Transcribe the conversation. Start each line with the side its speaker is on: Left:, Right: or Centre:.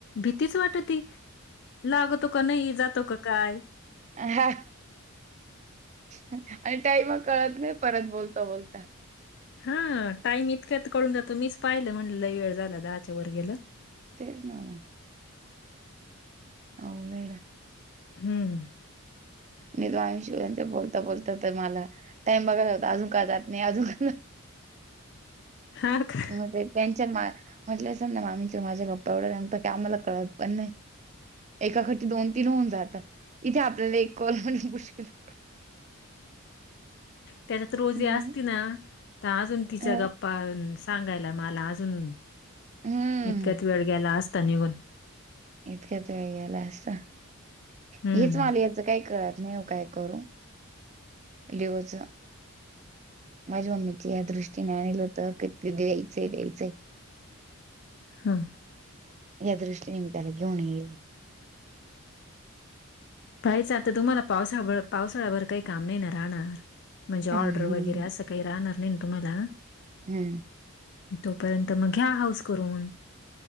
Left: भीतीच वाट ती लागतो का नाही जातो का काय
Right: हा आणि टाईम कळत नाही परत बोलतो बोलता
Left: हा टाइम इतक्यात कळून जातो मीच पाहिलं म्हण लई वेळ झाला दहाच्या वर गेला
Right: तेच नावा हो बेड
Left: हम्म
Right: म तो आ् शिव बोलता बोलता तर मला टाइम बघायला होता अजून का जात नाही अजून का
Left: हां का?
Right: म त्यांच्या मा म्हटलं असल ना आम् माझ्या गप्पा एवढा रगतो की आम्हाला कळत पण नाही एकाक दोन तीन होऊन जातात इथे आपल्याला एक कॉल म्ह पुकल
Left: त्याच्यात रोजी
Right: हं,
Left: असती ना तर अजून तिच्या
Right: अ
Left: गप् प् सांगायला मला अजून
Right: हम्म
Left: इतक्यात वेळ गेला असता निघून
Right: इतक्याच वेळ गेला असत
Left: हं,
Right: हीच माली काही कत नाही काय करू लिवच माझ्या मम्मीच्या या दृष्टीने आणलं होत क द्यायचं द्यायचंय
Left: हां
Right: या दृष्टीनेम्ताला घेऊन येले
Left: पायच आता तुम्हाला पावसाभ पावसाळ्याभर काही काम नाही ना राहणार म्हणजे ऑर्डर
Right: हम्म
Left: वगैरे असं काही राहणार नाही ना तुम्हाला
Right: हम्म
Left: तोपर्यंत मग घ्या हाऊस करून